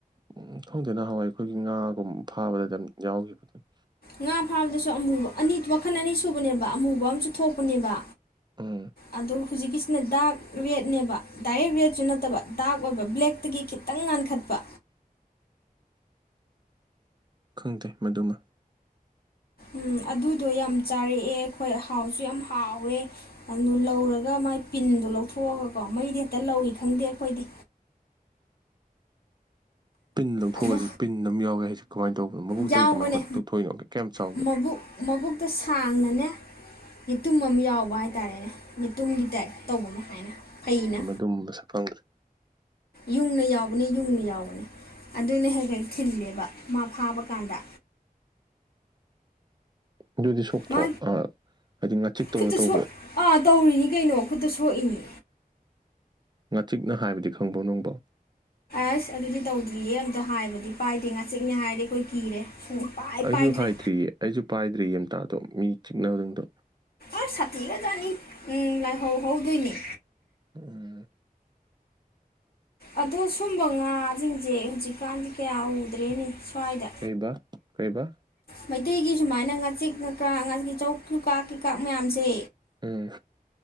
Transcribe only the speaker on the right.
ꯎꯝ ꯈꯪꯗꯦ ꯅꯍꯥꯋꯥꯏ ꯑꯩꯈꯣꯏꯒꯤ ꯉꯥꯒꯨꯝ ꯐꯥꯕꯗ ꯑꯗꯨꯝ ꯌꯥꯎꯒꯤꯕꯗꯨꯅꯤ
ꯎꯝ
ꯈꯪꯗꯦ ꯃꯗꯨꯃ
ꯄꯤꯟ ꯂꯧꯊꯣꯛꯑꯒꯍꯥꯏꯖꯤ
ꯄꯤꯟ ꯑꯝ ꯌꯥꯎꯋꯦ ꯍꯥꯏꯖꯤ ꯀꯃꯥꯏ ꯇꯧꯕꯅꯣ ꯃꯕꯨꯛꯇꯒꯤ
ꯀꯃꯥꯏ ꯍꯣꯠ ꯂꯧꯊꯣꯛꯏꯅꯣ ꯀꯌꯥꯝ ꯆꯥꯎꯒꯦ
ꯇꯨꯝꯕꯁꯨꯐꯪꯗ꯭ꯔꯦ
ꯑꯗꯨꯗꯤ ꯁꯣꯛꯇ꯭ꯔꯣ
ꯑ ꯍꯥꯏꯗꯤ ꯉꯥꯆꯤꯛꯇꯧꯅ
ꯇꯧꯕ꯭ꯔꯣ꯫
ꯉꯥꯆꯤꯛꯅ ꯍꯥꯏꯕꯗꯤ ꯈꯪꯕ꯭ꯔꯣ ꯅꯪꯕꯣ꯫
ꯑꯩꯁꯨ
ꯍꯥꯏꯗ꯭ꯔꯤꯌꯦ ꯑꯩꯁꯨ ꯄꯥꯏꯗ꯭ꯔꯤ ꯑꯝꯇ ꯑꯗꯣ ꯃꯤ ꯆꯤꯛꯅꯕꯁꯤꯡꯗꯣ꯫
ꯎꯝ꯫
ꯀꯩꯕ ꯀꯩꯕ꯫
ꯎꯝ꯫